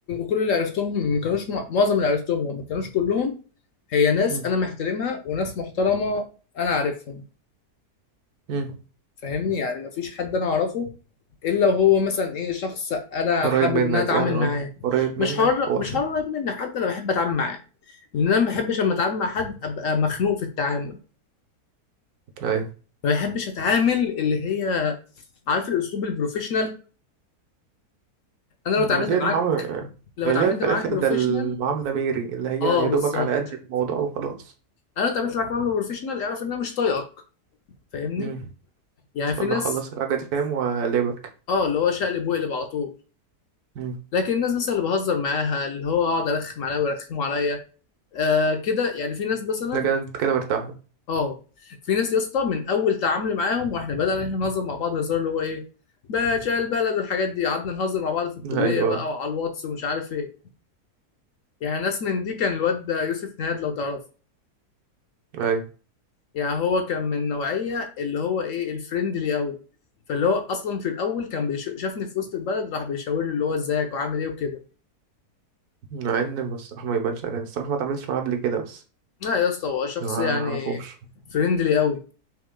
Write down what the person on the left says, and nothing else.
كل اللي عرفتهم ما كانوش مع- معظم اللي عرفتهم لو ما كانوش كلهم هي ناس
انا محترمها وناس محترمه انا عارفهم
فاهمني يعني ما فيش حد انا اعرفه الا وهو مثلا ايه شخص انا
حابب
ان انا اتعامل
معاه
مش
حر
مش
حر قريب مني حد انا بحب اتعامل معاه لان انا ما بحبش لما اتعامل مع حد ابقى مخنوق في التعامل
ما بحبش اتعامل اللي هي عارف الاسلوب البروفيشنال انا لو
اتعاملت معاك
لو
اتعاملت
معاك
بروفيشنال
اه
بالظبط
انا لو اتعاملت معاك معامله بروفيشنال اعرف ان انا مش طايقك فاهمني
يعني
في ناس
اه اللي هو شقلب وقلب على طول
لكن الناس مثلا اللي بهزر معاها اللي هو اقعد ارخم عليها ويرخموا عليا آه كده يعني في ناس مثلا
اه في ناس يا اسطى من اول تعاملي معاهم واحنا بدانا إن احنا نهزر مع بعض هزار اللي هو ايه باشا البلد والحاجات دي قعدنا نهزر مع بعض في الكليه
بقى وعلى الواتس ومش عارف ايه يعني ناس من دي كان الواد ده يوسف نهاد لو تعرفه
يعني هو كان من نوعية اللي هو ايه الفريندلي قوي فاللي هو اصلا في الاول كان بيش... شافني في وسط البلد راح بيشاور لي اللي هو ازيك وعامل ايه وكده
لا يا اسطى هو شخص
يعني
فريندلي قوي